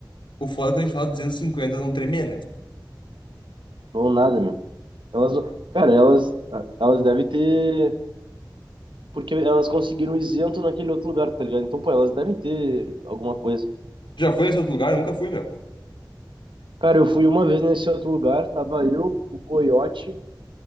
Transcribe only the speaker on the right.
Ou nada, meu. Elas, cara, elas, elas devem ter porque elas conseguiram isento naquele outro lugar, tá ligado? Então, pô, elas devem ter alguma coisa.
Cara, eu fui uma vez nesse outro lugar, tava eu, o Coiote